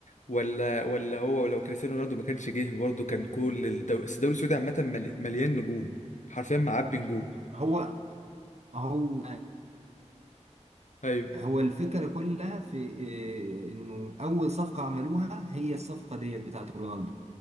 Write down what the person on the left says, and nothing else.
ولا ولا هو لو كريستيانو رونالدو ما كانش جه برضه كان كل الدوري بس الدوري السعودي عامة ملي- مليان نجوم حرفيا معبي نجوم
أيوه